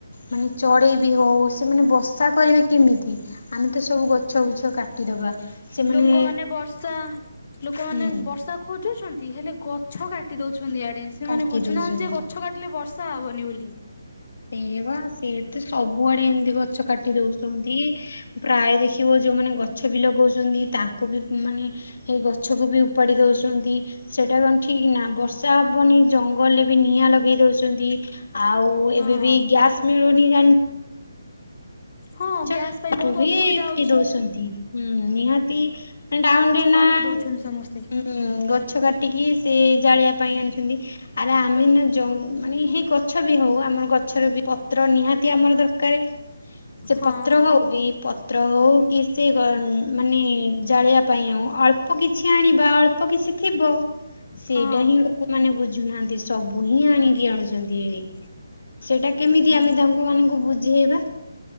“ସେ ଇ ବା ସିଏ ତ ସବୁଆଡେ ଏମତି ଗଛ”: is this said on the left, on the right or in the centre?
Left